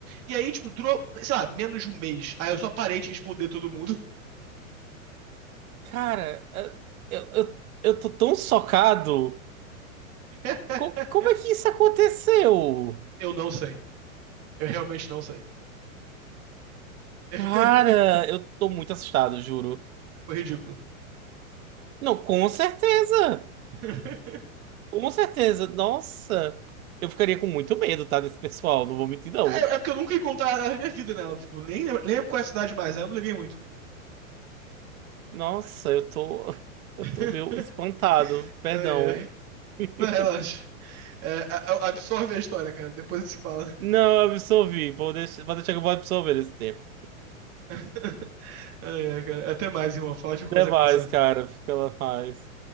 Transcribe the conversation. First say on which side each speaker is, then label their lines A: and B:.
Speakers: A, on the right; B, on the right.
A: E aí, tipo, durou, sei lá, menos de um mês. Aí eu só parei de responder todo mundo.
B: Cara, eh, eu, eu, eu tô tão socado.
A: <laughs>
B: Co- como é que isso aconteceu?
A: Eu não sei. Eu realmente não sei. <laughs>
B: Cara, eu tô muito assustado, juro.
A: Foi ridículo.
B: Não, com certeza.
A: <laughs>
B: Com certeza, nossa, eu ficaria com muito medo, tá, desse pessoal, não vou mentir não.
A: É, é porque eu nunca encontrei contar a minha vida nela. Tipo, nem lembro, nem lembro qual é a cidade mais, aí eu não liguei muito.
B: Nossa, eu tô, <laughs> eu
A: <laughs>
B: tô meio espantado, perdão.
A: Ai, ai.
B: <laughs>
A: Não, relaxa. É, a- a- absorve a história, cara. Depois a gente se fala.
B: Não, eu absorvi, vou deixar, vou deixar que eu vou absorver esse tempo.
A: <laughs> Ai, ai, cara. Até mais, irmão. Foi ótimo conversar
B: Até mais,
A: com você.
B: cara, fica lá mais.